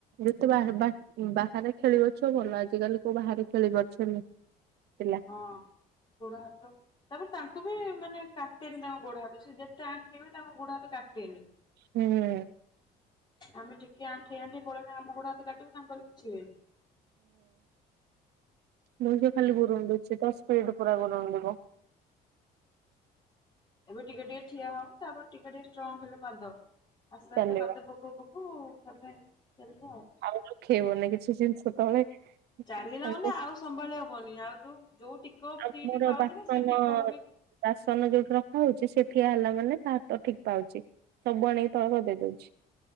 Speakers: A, on the right; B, on the left.
A: ଯେତେ ବାହାରେ ବାହା ବାହାରେ ଖେଳିିବ ଛୁଆ ସେତେଭଲ, ଆଜିକାଲି କୋଉ ବାହାରେ ଖେଳି ପାରୁଛନ୍ତି। ଥିଲା
B: ହଁ ଗୋଡ଼ ହାତ। ତାପରେ ତାଙ୍କୁ ବି ମାନେ, କାଟେନି ତାଙ୍କ ଗୋଡ ହାତ ସେଯେତେ ଆଣ୍ଠେଇବେ ତାଙ୍କ ଗୋଡ ହାତ କାଟେନି।
A: ହୁଁ ହୁଁ
B: ଆମେ ଟିକେ ଆଣ୍ଠେଇ ଆଣ୍ଠେଇ ପଳେଇଲେ ଆମ ଗୋଡ ହାତ କାଟିବତାଙ୍କର କିଛି ହୁଏନି।
A: ହୁଁ ବ ଖାଲି ଗୁରୁଣ୍ଡଉଛି। ଦପଡ ପୁରା ଗୁରୁଣ୍ଡିବ।
B: ଏବେ ଟିକେଟିକେ ଠିଆହବ। ତାପରେ ଟିକେଟିକେ ଷ୍ଟ୍ରଙ୍ଗହେଲେ ପାଦ, ଆସ୍ତେ
A: ଚାଲିବ
B: ଆସ୍ତେ ପାଦ ପ <unintelligible> ଚାଲିବ ଆଉ।
A: ଆଉ ରଖେଇବନି କିଛି ଜିନିଷ ତଳେ।
B: ଚାଲିଲା
A: ଆମେ
B: ମାନେ ଆଉ ସମ୍ଭାଳିହବନି। ଆଉ ଯୋଉ ଯୋଉ ଟିକ ଫ୍ରି
A: ଆମର
B: ବି ପାଉ
A: ବାସନ
B: ନା ସେ ଟିକକୁ ବି
A: ବାସନ ଯୋଉଠି ରଖା ହଉଛି, ସେଠିଆ ହେଲା ମାନେ ତା ହାତ ଠିକ ପାଉଛି। ସବୁ ଆଣିକି ତଳ ଗଦେଇ ଦଉଛି।